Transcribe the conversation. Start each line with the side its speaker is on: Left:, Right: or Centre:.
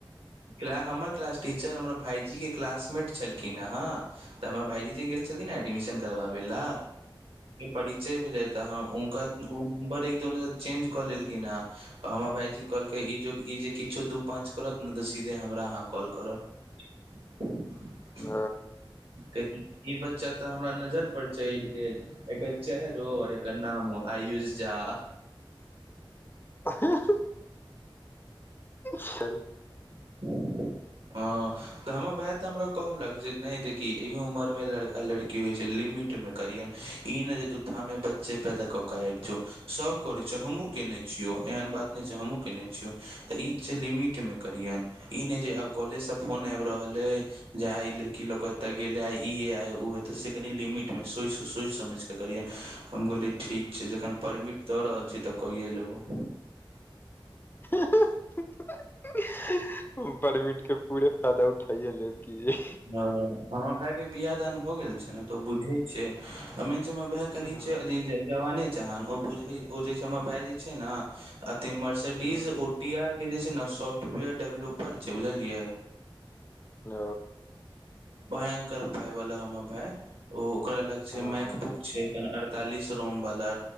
Right: क्ला हमर क्लास टीचर हमर भाईजी के क्लासमेट छलखिन हँ तऽ हमर भाईजी जे गेल छलखिन ने एडमिशन करबाबे ला परिचय भेलै तऽ हुनका ओ नम्बर एक दोनूसँ चेंज कऽ लेलखिन हेँ आ हमर भाइजी कहलकै ई जो ई जे किछो दू पाँच करत ने तऽ सीधे हमरा अहाँ कॉल करब <unintelligible>
Left: आ
Right: कह ई बच्चा तऽ हमरा नजर पर चलि गेल एकर चेहरो आर के नामो आयुष झा
Left: <unintelligible> सर <unintelligible>
Right: <unintelligible> ह तऽ हमर भाय तऽ हमरा कहलक जे नहि देखी इहो उमर में लड़का लड़की होइ छै लिमिट <unintelligible> ई न जे तू थामे बच्चे पैदा कऽ क आयब जो सभ करैत छै हमहूँ केने छियौ एहन बात नहि छै हमहूँ केने छियौ तऽ ई छै लिमिट मे करियन ई नहि जे आब कॉलेजसँ फोन आबि रहल अछ जे आइ लड़की ल क ओत्तअ गेले आ इ हे आइ उ ते से कनि लिमिट मे सोइच समझ के करियै हम कहोलियै ठीक छै जखन परमिट दऽ रहल छी तऽ कइए लेबौ
Left: ह <unintelligible> परमिट के पूरे फायदा उठाइए लेब कि
Right: ह हमर भाय के बियाह दान भऽ गेल छै ने तऽ बुझे छै मेन छै हमर भाय कनि
Left: हूँ
Right: छै जवाने जहान ओ बुझे ओ जे छै हमर भए जे छै न अ <unintelligible> तऽ डीज
Left: हूँ
Right: ओटी आर के जे छै ने सॉफ्टवेयर डेवलोपर छै बुझलियै
Left: ओ
Right: भयंकर पाय वाला हमर भाय ओ ओकरा लग छै
Left: हँ
Right: मैकबुक छै चालिस रोम वाला